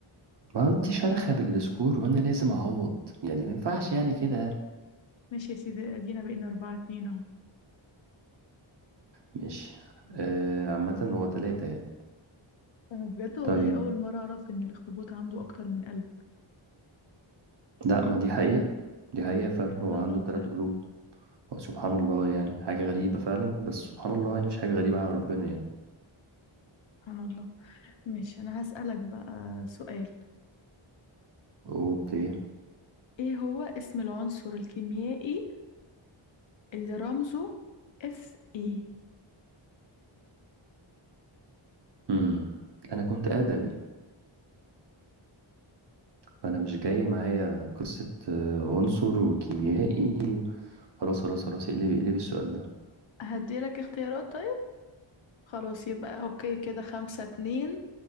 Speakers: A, on the right (about 55°); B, on the left (about 65°).
A: ما انت شارخة بالسكور وانا لازم اعوض يعني ما ينفعش يعني كده
B: <laughs> ماشي يا سيدي ادينا بقينا اربعة اتنين اهو
A: ماشي آه عامة هو تلاتة يعني
B: انا بجد والله
A: طيب
B: اول مرة اعرف ان الاخطبوط عنده اكتر من قلب
A: لا ما دي حقيقة دي حقيقة فعلا هو
B: سبحان
A: عنده
B: الله
A: تلات
B: فعلا
A: قلوب هو سبحان الله يعني حاجة غريبة فعلا بس سبحان الله يعني مش حاجة غريبة على ربنا يعني
B: سبحان الله ماشي انا هسألك بقى سؤال
A: اوكي
B: ايه هو اسم العنصر الكيميائي اللي رمزه اف اي
A: امم انا كنت ادبي فانا مش جاي معايا قصة آه، عنصر وكيميائي خلاص خلاص خلاص اقلبي اقلبي السؤال ده
B: هديلك اختيارات طيب خلاص يبقى اوكي كده خمسة اتنين